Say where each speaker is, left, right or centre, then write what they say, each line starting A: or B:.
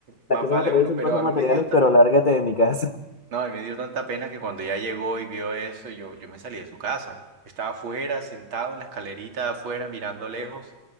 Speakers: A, on the right; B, on the left.
A: Más
B: Las cosas
A: vale
B: materiales
A: uno,
B: son
A: pero
B: cosas
A: a
B: materiales,
A: mí me dio, ta-
B: pero lárgate de mi casa. <laughs>
A: no, a mí me dio tanta pena que cuando ya llegó y vio eso, yo, yo me salí de su casa. Yo estaba afuera, sentado en la escalerita de afuera, mirando lejos.